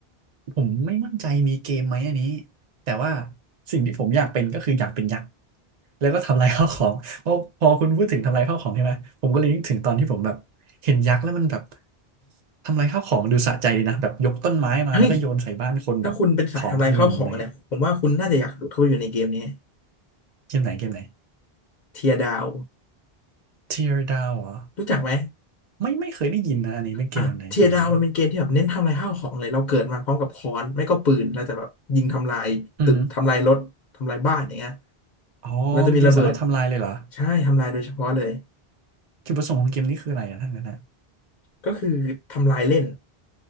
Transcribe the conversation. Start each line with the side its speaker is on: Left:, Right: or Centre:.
Right: ผมไม่มั่นใจมีเกมไหมอันนี้แต่ว่าสิ่งที่ผมอยากเป็นก็คืออยากเป็นยักษ์ แล้วก็ทำลายข้าวของเพอพอคุณพูดถึงทำลายข้าวของใช่ไหมผมก็เลยนึกถึงตอนที่ผมแบบเห็นยักษ์แล้วมันแบบทำลายข้าวของมันดูสะใจดีนะแบบยกต้นไม้มาแล้วก็โยนใส่บ้านคนแบบของถล่มอะไรเงี้ย
Left: เฮ้ย ถ้าคุณเป็นสายทำลายข้าวของเนี่ยผมว่าคุณน่าจะอยากหลุดเข้าไปอยู่ในเกมนี้
Right: เกมไหนเกมไหน
Left: เทียดาว
Right: Tear Down เหรอ
Left: รู้จักไหม
Right: ไม่ไม่เคยได้ยินนะอันนี้เป็นเกมแบบไหนเกมแบบไหน
Left: อ่ะเทียดาวมันเป็นเกมที่แบบเน้นทำลายข้าวของเลยเราเกิดมาพร้อมกับค้อนไม่ก็ปืนเราจะแบบยิงทำลายตึกทำลายรถทำลายบ้านอย่างเงี้ย
Right: อือหืออ๋อเป็นเกมสำหรับทำลายเลยเหรอ
Left: เราจะมีระเบิดใช่ทำลายโดยเฉพาะเลย
Right: จุดประสงค์ของเกมนี้คืออะไรอะทั้างนั้นนะ
Left: ก็คือทำลายเล่น